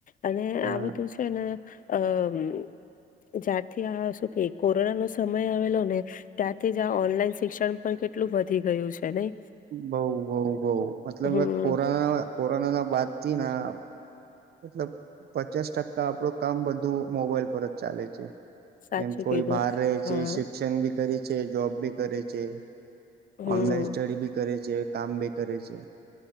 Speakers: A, on the left (about 45°); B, on the right (about 55°).
A: અને
B: હા
A: આ બધું છે ને અમ. જ્યારથી આ શું કે કોરોના નો સમય આવેલો ને ત્યારથી જ આ ઓનલાઈન શિક્ષણ પણ કેટલું વધી ગયું છે, નઈ?
B: બઉ, બઉ, બઉ. મતલબ
A: હમ
B: આ કોરોના કોરોનાના બાદથી ના મતલબ પચાસ ટકા આપડું કામ બધું મોબાઈલ પર જ ચાલે છે.
A: સાચું
B: એમ. કોઈ
A: કીધું
B: બહાર રહે
A: હા
B: છે, શિક્ષણ બી કરે છે, જોબ બી કરે છે,
A: હમ
B: ઓનલાઈન સ્ટડી બી કરે છે. છે, કામ બી કરે છે,